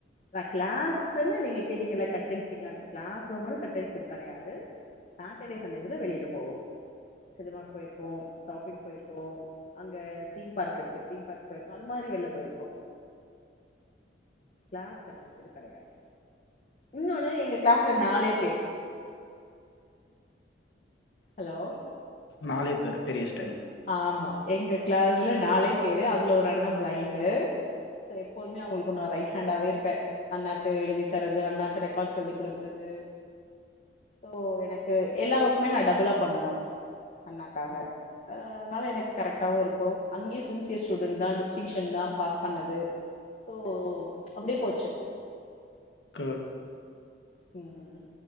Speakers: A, on the left (about 45°); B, on the left (about 85°).
A: கண் க்ளாஸ்சுனு நீங்க கேட்டீங்கலா கட்டடிச்சு டிக்லானு க்ளாஸ் ரூம்முனு கட் அடிச் கெடையாது சாட்டடே சண்டேஸ்ல வெளியல போவோ சினிமா போய்ருக்கோ ஷாப்பிங் போய்ருக்கோ அங்க தீம் பார்க் இருக்கு தீம் பார்க் அது மாரி வெள்ள போய்ருக்கோ க்ளாஸ் கட்டச்சது கெடயாது இன்னொன்னு எங்க க்ளாஸ்ல நாலே பேரு ஹலோ
B: நாலே பேரு பெரிய இஷ்
A: ஆம்மா எங்க க்ளாஸ்ல நாலே பேரு அதுல ஒரு அண்ண பிளைண்டு எப்போதுமே அவங்களு ஒன்ன ரைட் ஹண்டாவே இருப்பே அண்ணாக்கு எழுதி தரது அண்ணாக்கு ரெக்கார்ட் சொல்லி குடுக்குறது சோ எனக்கு எல்லா வொக்குமே நா டபுளா பண்ணனு அண்ணாக்காக அதனால எனக்கு கரெட்டாவு இருக்கு அங்கியு சின்சியர் ஸ்டூடண்ட் தா டிஸ்டிங்ஷன் தா பாஸ் பண்ணது சோ அப்டியே போச்சு
B: க
A: ம்